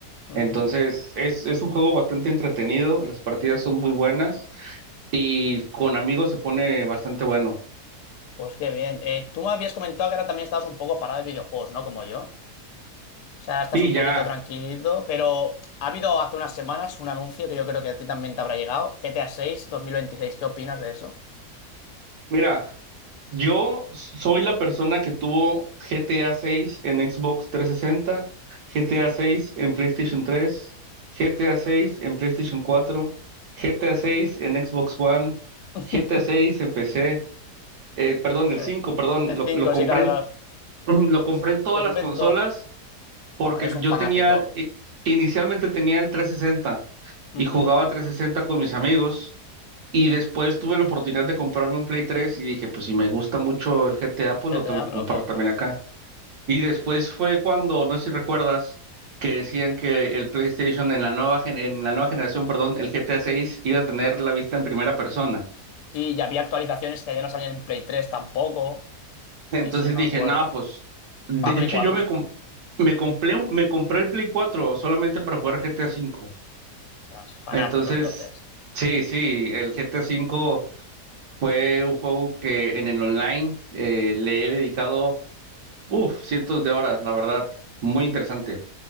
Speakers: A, on the left (about 85°); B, on the right (about 65°).
A: Ujú.
B: Entonces, es, es un juego bastante entretenido. Las partidas son muy buenas y con amigos se pone bastante bueno.
A: Pues qué bien. Eh, tú me habías comentado que ahora también estabas un poco parado de videojuegos, ¿no? Como yo. O sea, estás
B: Sí,
A: un
B: ya.
A: poquito tranquilo, pero ha habido hace unas semanas un anuncio que yo creo que a ti también te habrá llegado, GTA mil veintiséis. ¿Qué opinas de eso?
B: Mira, yo soy la persona que tuvo GTA 6 en Xbox 360, GTA 6 en PlayStation 3, GTA 6 en PlayStation 4, GTA 6 en Xbox One,
A: <laughs>
B: GTA 6 en PC, eh, perdón, el
A: Eh,
B: 5, perdón,
A: El
B: lo,
A: 5
B: lo compré
A: sí, claro.
B: en, <clears throat>
A: claro.
B: lo compré en todas
A: Lo
B: las
A: compré
B: consolas
A: en
B: porque
A: Bueno, eres un
B: yo
A: fanático.
B: tenía, i- inicialmente tenía el 360 y
A: Ujú.
B: jugaba 360 con mis amigos. Y después tuve la oportunidad de comprarme un Play 3 y dije, pues si me gusta mucho el GTA, pues
A: El GTA
B: lo tengo que
A: me
B: comprar
A: lo compro.
B: también acá. Y después fue cuando, no sé si recuerdas, que decían que el PlayStation en la nueva gen- en la nueva generación, perdón, el GTA 6 iba a tener la vista en primera persona.
A: Sí, ya había actualizaciones que ya no salían en Play 3 tampoco. Sí,
B: Entonces
A: sí, me
B: dije,
A: acuerdo.
B: no, pues de
A: Para
B: hecho
A: Play cuatro.
B: yo me
A: <laughs>
B: com- me compré un- me compré el Play 4 solamente para jugar GTA 5.
A: Ostras, fanático,
B: Entonces,
A: entonces.
B: sí, sí, el GTA 5 fue un juego que en el online eh, le he dedicado Uf, cientos de horas, la verdad. Muy interesante.